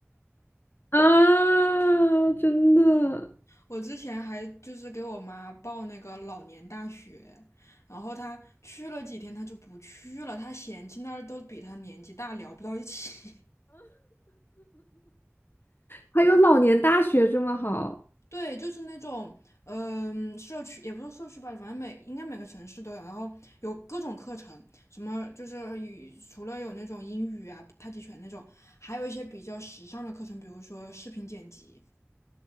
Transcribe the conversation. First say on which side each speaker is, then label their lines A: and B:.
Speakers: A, on the left; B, on the left.
A: 啊，真的。
B: 我之前还就是给我妈报那个老年大学，然后她去了几天，她就不去了，她嫌弃那儿都比她年纪大，聊不到一起。<laughs>
A: 还有老年大学这么好。
B: 对，就是那种，嗯、社区也不是社区吧，反正每应该每个城市都有，然后有各种课程，什么就是语除了有那种英语啊、太极拳那种，还有一些比较时尚的课程，比如说视频剪辑，